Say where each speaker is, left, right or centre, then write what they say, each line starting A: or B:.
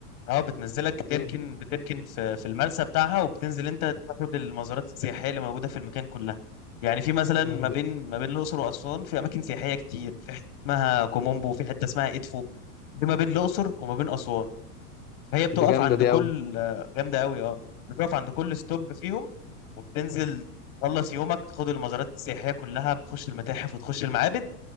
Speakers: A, on the left; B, on the left.
A: اه بتنزلك تركن
B: مم.
A: بتركن في في المرسى بتاعها وبتنزل انت تاخد المزارات السياحيه اللي موجوده في المكان كلها يعني في مثلا
B: مم.
A: ما
B: دي,
A: بين ما بين الاقصر واسوان في اماكن سياحيه كتير في حته اسمها كومومبو وفي حته اسمها ادفو دي ما بين الاقصر وما بين اسوان فهي بتقف
B: دي جامدة
A: عند
B: دي
A: كل
B: قوي
A: آه، جامده قوي اه بتقف عند كل ستوب فيهم وبتنزل تخلص يومك تاخد المزارات السياحيه كلها بتخش المتاحف وتخش المعابد